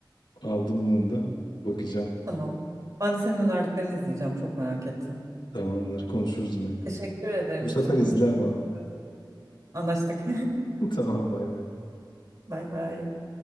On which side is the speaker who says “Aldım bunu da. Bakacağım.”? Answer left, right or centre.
Left